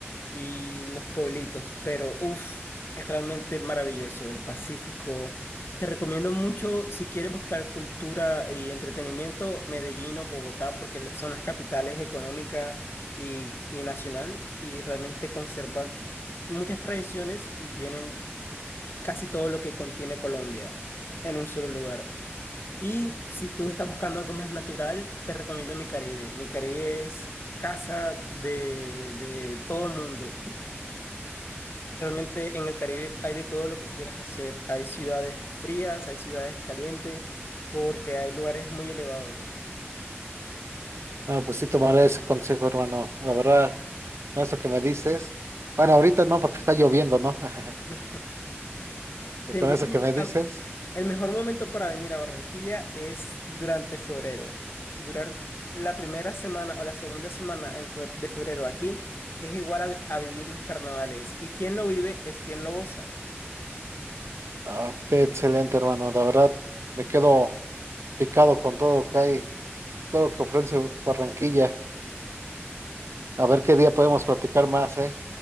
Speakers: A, on the left; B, on the right.
A: y los pueblitos, pero uff, es realmente maravilloso el Pacífico. Te recomiendo mucho si quieres buscar cultura y entretenimiento, Medellín o Bogotá, porque la- son las capitales económica y, y nacional y realmente conservan muchas tradiciones y tienen casi todo lo que contiene Colombia en un solo lugar. Y si tú estás buscando algo más natural, te recomiendo Mi Caribe. Mi Caribe es casa de, de todo el mundo. Realmente en el Caribe hay de todo lo que quieras hacer. Hay ciudades frías, hay ciudades calientes, porque hay lugares muy elevados.
B: No, pues sí tomaré ese consejo, hermano. La verdad, con eso que me dices. Bueno, ahorita no, porque está lloviendo, ¿no? <laughs>
A: <laughs>
B: Pero
A: Te invito
B: Con eso que me dices.
A: a... El mejor momento para venir a Barranquilla es durante febrero. Durar la primera semana o la segunda semana en fe- de febrero aquí es igual a, vi- a vivir los carnavales. Y quien lo vive es quien lo goza.
B: ah, qué excelente, hermano. La verdad, me quedo picado con todo lo que hay, todo lo que ofrece Barranquilla. A ver qué día podemos platicar más, ¿eh?